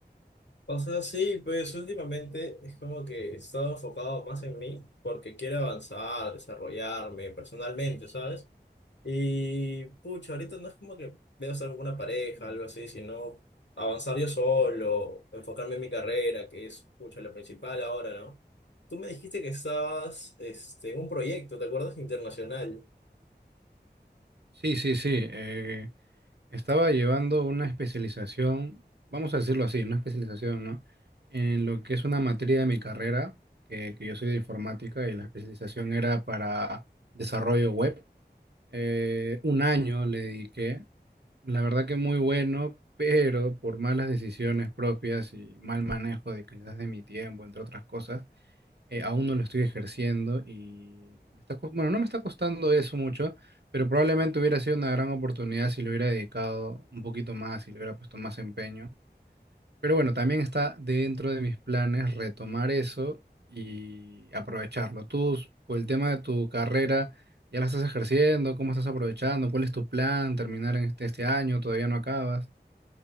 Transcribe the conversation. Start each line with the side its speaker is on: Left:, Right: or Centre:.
Left: O sea, sí, pues últimamente es como que he estado enfocado más en mí porque quiero avanzar, desarrollarme personalmente, ¿sabes? Y pucha, ahorita no es como que veo estar con una pareja, algo así, sino avanzar yo solo, enfocarme en mi carrera, que es, pucha, lo principal ahora, ¿no? Tú me dijiste que estabas este, en un proyecto, ¿te acuerdas? Internacional.
Right: Sí, sí, sí. eh, estaba llevando una especialización, vamos a decirlo así, una especialización, ¿no? En lo que es una materia de mi carrera, que, que yo soy de informática y la especialización era para desarrollo web. Eh, un año le dediqué, la verdad que muy bueno, pero por malas decisiones propias y mal manejo de quizás de mi tiempo, entre otras cosas, eh, aún no lo estoy ejerciendo y me está cos- bueno, no me está costando eso mucho, pero probablemente hubiera sido una gran oportunidad si le hubiera dedicado un poquito más, si le hubiera puesto más empeño. Pero bueno, también está dentro de mis planes retomar eso y aprovecharlo. Tú, por el tema de tu carrera, ¿ya la estás ejerciendo? ¿Cómo estás aprovechando? ¿Cuál es tu plan? ¿Terminar en este, este año? ¿Todavía no acabas?